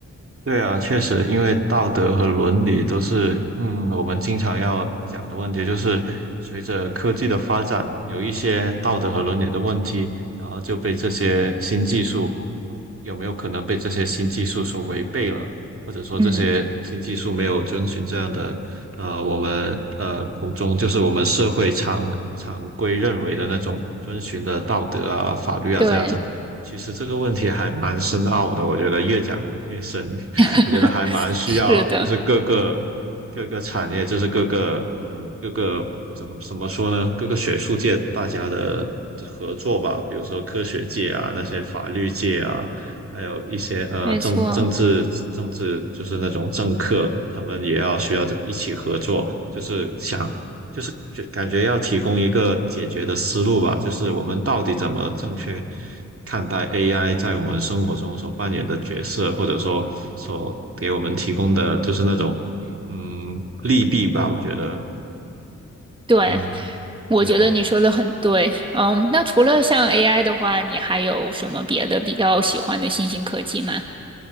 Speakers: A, on the right; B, on the right.
A: 对啊，确实，因为道德和伦理都是，嗯，我们经常要讲的问题，就是随着科技的发展，有一些道德和伦理的问题，然后就被这些新技术，嗯有没有可能被这些新技术所违背了，或者说这些新技术没有遵循这样的，
B: 嗯，
A: 呃，我们呃口中就是我们社会常常规认为的那种遵循的道德啊、法律啊这样子。
B: 对，
A: 其实这个问题还蛮深奥的，我觉得越讲得越深。
B: <laughs>
A: 我觉得还蛮需要，
B: 是的，
A: 就是各个各个产业，就是各个嗯各个怎么怎么说呢？各个学术界大家的合作吧，比如说科学界啊，那些法律界啊，还有一些呃政政治政治就是那种政客，
B: 没错。
A: 他们也要需要一起合作，就是想就是觉感觉要提供一个解决的思路吧，就是我们到底怎么正确看待 AI 在我们生活中所扮演的角色，或者说所给我们提供的就是那种嗯利弊吧，我觉得
B: 对，
A: 嗯对。
B: 我觉得你说的很对。嗯，那除了像 AI 的话，你还有什么别的比较喜欢的新兴科技吗？